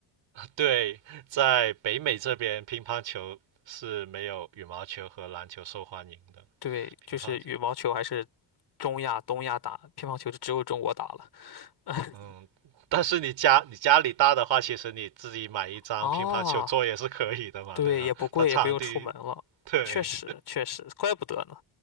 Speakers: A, on the right (about 70°); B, on the left (about 55°).
A: 对，在北美这边，乒乓球是没有羽毛球和篮球受欢迎的。
B: 对，
A: 乒乓球，
B: 就是羽毛球还是中亚、东亚打，乒乓球就只有中国打了。<laughs>
A: 嗯，但是你家你家里大的话，其实你自己买一张乒乓球桌也是可以的嘛，
B: 啊对，
A: 对吧？
B: 也不贵，
A: 它场地，
B: 也不用出门了。
A: 对
B: 确实，确实，怪不得呢。